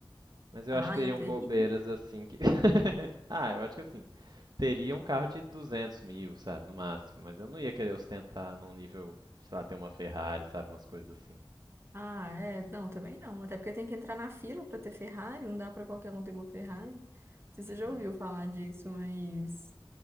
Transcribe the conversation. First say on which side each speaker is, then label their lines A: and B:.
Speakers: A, on the right (about 50°); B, on the right (about 30°).
A: Mas eu
B: Ah,
A: acho que teriam
B: eu teria.
A: bobeiras assim que. <laughs> Ah, eu acho que assim. Teria um carro de 200 mil, sabe, no máximo. Mas eu não ia querer ostentar num nível, sei lá, ter uma Ferrari, sabe, umas coisas assim.
B: Ah, é, não, também não. Até porque tem que entrar na fila para ter Ferrari, não dá para qualquer um ter uma Ferrari. Não sei se
A: Uhum.
B: você já ouviu falar disso, mas